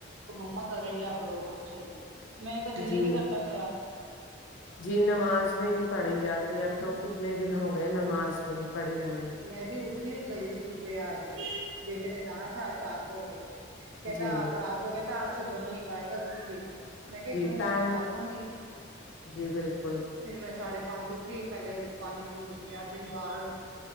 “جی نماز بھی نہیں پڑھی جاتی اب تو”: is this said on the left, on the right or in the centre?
Left